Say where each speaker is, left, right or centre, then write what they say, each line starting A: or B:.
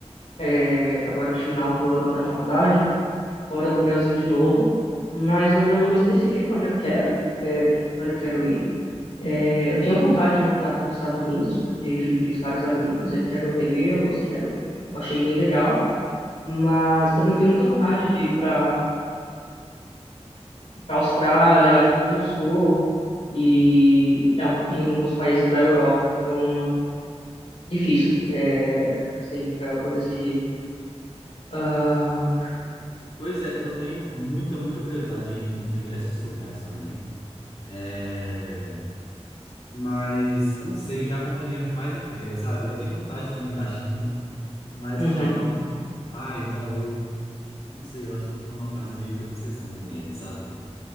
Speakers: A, on the left; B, on the left.
A: é, agora de final do ano da faculdade fora do Brasil de novo, mas eu ainda não me decidi para onde eu quero, é, para onde eu quero ir. É, eu tinha vontade de voltar para os Estados Unidos, porque, enfim, fiz vários amigos, aí quero revê-los, quero, eu achei bem legal, mas também tenho muita vontade de ir para para Austrália, África do Sul e, e algu- e alguns países da Europa. Então, difícil, é, assim, para eu decidir. Ah,
B: Pois é, eu tenho muita, muita curiosidade em diversos lugares também. É, Mas eu não sei, o Japão pra mim é o que mais me pega, sabe? Eu tenho vontade também da China, mas
A: uhum,
B: o Japão. Ai, não, eu não sei, eu acho que eu tô numa fase meio de obsessão com ele, sabe?